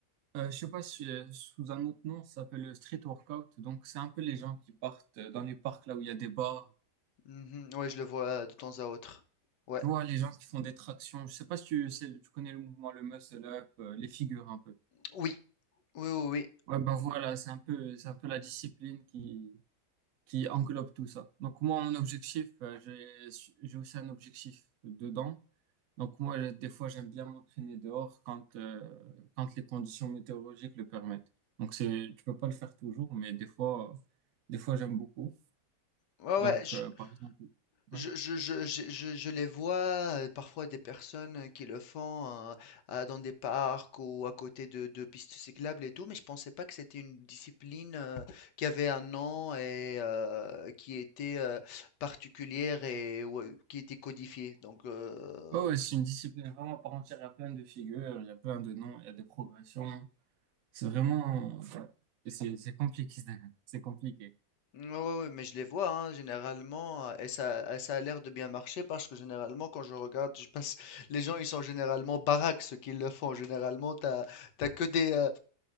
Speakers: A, on the right (about 65°); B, on the left (about 85°).
A: Euh, je sais pas si euh, sous un autre nom, ça s'appelle le street workout. Donc, c'est un peu les gens qui partent euh, dans les parcs là où il y a des bars.
B: Mhm, ouais, je le vois de temps à autre. Ouais,
A: Tu vois, les gens qui font des tractions. Je sais pas si tu, sais- tu connais le mouvement, le muscle up, euh, les figures un peu.
B: oui, oui, oui, oui.
A: Ouais, bah voilà, c'est un peu, c'est un peu la discipline qui, qui englobe tout ça. Donc moi, mon objectif, euh, j'ai, j'ai aussi un objectif dedans. Donc moi, je- des fois, j'aime bien m'entraîner dehors quand, euh, quand les conditions météorologiques le permettent. Donc c'est, tu peux pas le faire toujours, mais des fois, euh, des fois, j'aime beaucoup.
B: Ouais,
A: Donc,
B: ouais, je,
A: euh, par exemple, ouais.
B: Je, je, je, je, je- je les vois euh, parfois des personnes euh, qui le font euh, à- dans des parcs ou à côté de, de pistes cyclables et tout, mais je pensais pas que c'était une discipline euh, qui avait un nom et euh, qui était euh, particulière et ouais, qui était codifiée. Donc, euh,
A: Ouais, ouais,
B: je-
A: c'est une discipline vraiment à part entière. Il y a plein de figures, il y a plein de noms, il y a des progressions. C'est vraiment, ouais. Et C'est, c'est compliqué, <laughs> c'est compliqué.
B: ouais, ouais, ouais, mais je les vois hein, généralement euh, et ça, et ça a l'air de bien marcher parce que généralement quand je regarde, je passe, les gens ils sont généralement baraques ceux qui le font. Généralement, t'as, t'as que des euh,